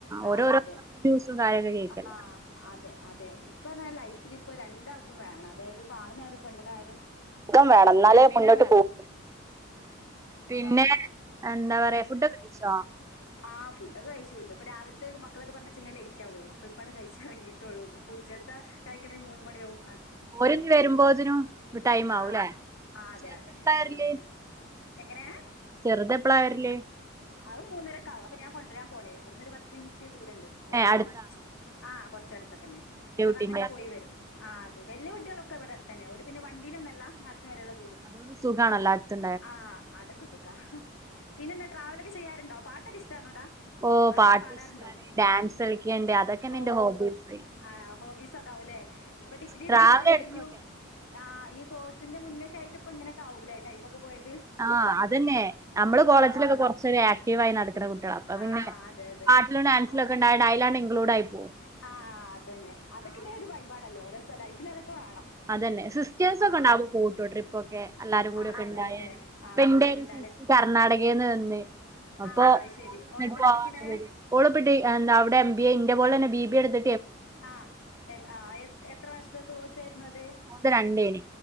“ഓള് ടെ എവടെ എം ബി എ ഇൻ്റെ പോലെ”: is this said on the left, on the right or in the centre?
Right